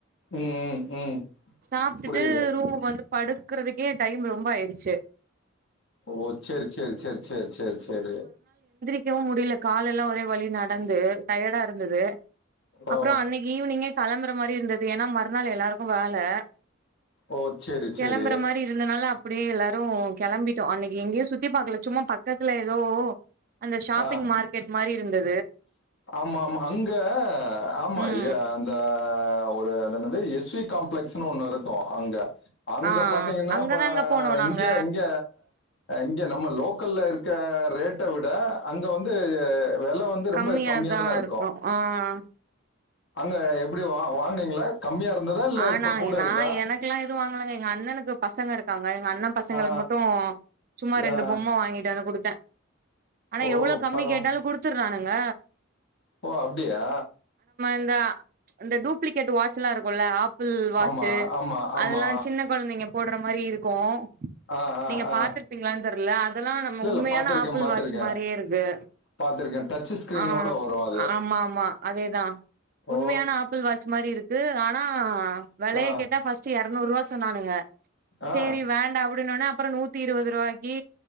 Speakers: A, on the left (about 60°); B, on the right (about 45°).
A: ம் ம் ம்
B: சாப்ட்டுட்டு
A: புரியுது
B: ரூமுக்கு வந்து படுக்குறதுக்கே டைம் ரொம்ப ஆயிடுச்சு
A: ஓ சேரி சேரி சேரி சேரி சேரி சேரி
B: நிக்கவும் முடியல கால் எல்லாம் ஒரே வழி நடந்து டயர்டா இருந்தது
A: ஓ
B: அப்புறம் அன்னைக்கு ஈவினிங்கே கிளம்புற மாதிரி இருந்தது ஏன்னா மறுநாள் எல்லாருக்கும் வேலை
A: ஓ செரி
B: கிளம்புற
A: செரி
B: மாதிரி இருந்தனால அப் அப்டியே எல்லாரும் கிளம்பிட்டோம் அன்னைக்கு எங்கேயும் சுத்தி பாக்கல சும்மா பக்கத்துல ஏதோ அந்த ஷாப்பிங்
A: ஆ
B: மார்க்கெட் மாரி இருந்தது
A: ஆமா ஆமா அங்க ஆமா
B: ம்
A: அந்த ஆஹ் ஒரு அது என்னது எஸ் வி காம்ப்ளெக்ஸ்ன்னு ஒண்ணு இருக்கும் அங்க அங்க
B: ஆ
A: பாத்தீங்கன்னா
B: அங்கதாங்க
A: அப்ப
B: போனோ நாங்க
A: இங்க இங்க இங்க நம்ம லோக்கல்ல இருக்க ரேட்ட விட அங்க வந்து வெல வந்து
B: கம்மியாதான்
A: ரொம்ப கம்மியா தா இருக்கு
B: இருக்கும் ஆஹ்
A: அங்க எப்டி வா வாங்குனீங்களா கம்மியா இருந்ததா இல்ல
B: ஆனா
A: இப்ப கூட
B: நா
A: இருக்கா
B: எனக்கு எல்லாம் எதுவும் வாங்கலங்க எங்க அண்ணனுக்கு பசங்க இருக்கு எங்க அண்ணா பசங்களுக்கு
A: ஆ
B: மட்டும் சும்மா
A: சி-
B: ரெண்டு
A: ஆ
B: பொம்ம வாங்கிட்டு வந்து குடுத்தேன் ஆனா
A: ஓ
B: எவ்ளோ கம்மி
A: பரவா
B: கேட்டாலும் குடுத்துடுறானுங்க
A: ஓ அப்படியா
B: இந்த இந்த டூப்ளிகேட் வாட்சி எல்லாம் இருக்கும் இல்ல ஆப்பிள் வாட்சு
A: ஆமா ஆமா ஆமா
B: அதெல்லாம் சின்ன குழந்தைங்க போடுற மாரி இருக்கும்
A: ஆ ஆ
B: நீங்க
A: ஆ
B: பாத்துருப்பீங்களான்னு தெரியல அதெல்லாம் நம்ம
A: இல்ல
B: உண்மையான
A: இல்ல பாத்திருக்கே
B: ஆப்பிள்
A: பாத்திருக்கே
B: வாட்ச் மாதிரியே இருக்கு
A: பாத்திருக்கே டச் ஸ்கிரீனோட
B: ஆஹ்
A: வரு அது
B: ஆமா ஆமா அதேதான் உண்மையான
A: ஓ
B: ஆப்பிள் வாட்சு மாதிரி இருக்கு க்கு ஆனா விலைய
A: ஆ
B: கேட்டா ஃபர்ஸ்ட் இறநூறு ரூபா சொன்னானுங்க சேரி
A: ஆ
B: வேண்டாம் அப்படின்னனே அப்புறம் நூத்தி இருபது ரூபாக்கி